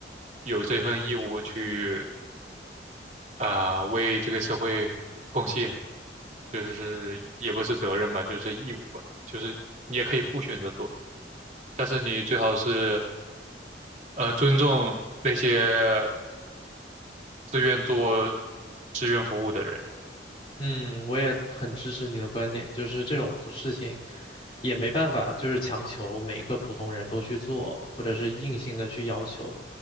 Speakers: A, on the right; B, on the left.
A: 有这份义务去啊、为这个社会贡献，就是也不是责任吧，就是义务吧，就是你也可以不选择做，但是你最好是呃尊重那些自愿做志愿服务的人。
B: 嗯，我也很支持你的观点，就是这种事情也没办法，就是强求每个普通人都去做，或者是硬性的去要求，